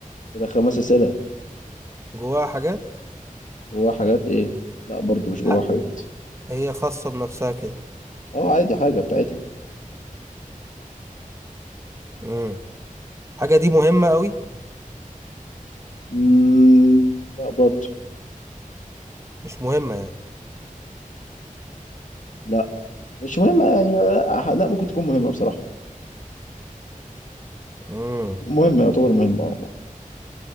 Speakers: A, on the left; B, on the right.
A: كده خمس اسئله
B: جواها حاجات
A: جواها حاجات ايه لا برضو مش جواها
B: حق
A: حاجات
B: هي خاصة بنفسها كده
A: اه عادي حاجه بتاعتها
B: امم حاجة دي مهمة قوي
A: مم، لا برضه
B: مش مهمة يعني
A: لا مش مهمة يعني لا لا، ممكن تكون مهمة بصراحة
B: امم
A: مهمة يعتبر مهمة اه